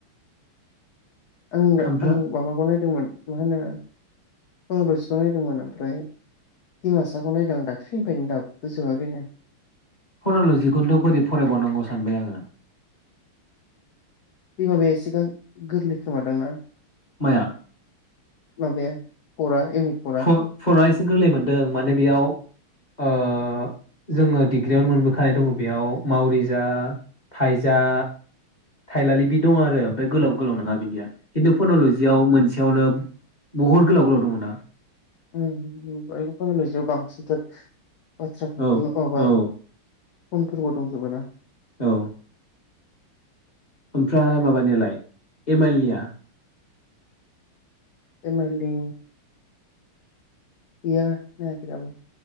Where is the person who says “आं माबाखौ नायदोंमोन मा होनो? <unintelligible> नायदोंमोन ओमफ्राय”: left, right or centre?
Left